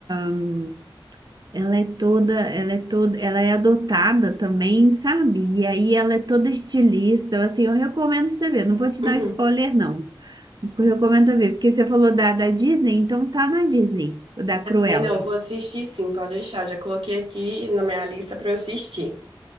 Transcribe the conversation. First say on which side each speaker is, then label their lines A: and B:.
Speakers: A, on the right; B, on the right.
A: hum, Ela é toda... Ela é toda... Ela é adotada também, sabe? E aí, ela é toda estilista. Assim, eu recomendo você ver. Não vou te
B: Uhum.
A: dar spoiler, não. Recomendo ver, porque você falou da, da Disney, então tá na Disney, o da Cruella.
B: Aí não, vou assistir sim, pode deixar. Já coloquei aqui na minha lista pra eu assistir.